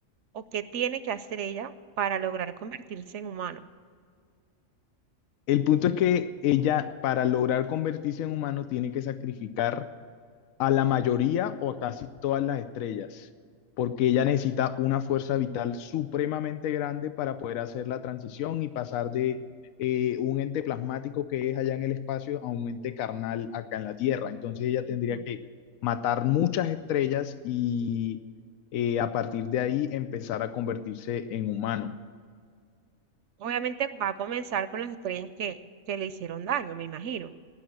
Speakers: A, on the right; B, on the left.
A: o qué tiene que hacer ella para lograr convertirse en humano?
B: El punto es que ella, para lograr convertirse en humano, tiene que sacrificar a la mayoría o casi todas las estrellas, porque ella necesita una fuerza vital supremamente grande para poder hacer la transición y pasar de eh, un ente plasmático que es allá en el espacio a un ente carnal acá en la Tierra. Entonces ella tendría
A: Ujú.
B: que matar muchas estrellas y eh, a partir de ahí empezar a convertirse en humano.
A: Obviamente va a comenzar con las estrellas que, que le hicieron daño, me imagino.